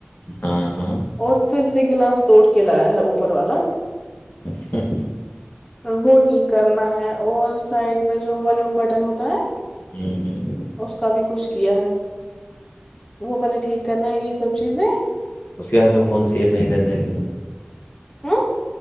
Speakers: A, on the left; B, on the left.
A: ہاں ہاں
B: اور پھر سے گلاس توڑ کے لایا ہے اوپر والا
A: ا سر
B: وہ ٹھیک کرنا ہے <unintelligible> اور سائڈ میں جو والوم بٹن ہوتا ہے
A: ہوں ہوں <inaudible>
B: اس کا بھی کچھ کیا ہے وہ پہلے ٹھیک کرنا ہے یہ سب چیزیں
A: اس کے ہاتھ میں فون سیف نہیں رہتا ہے کیا
B: ہ <inaudible>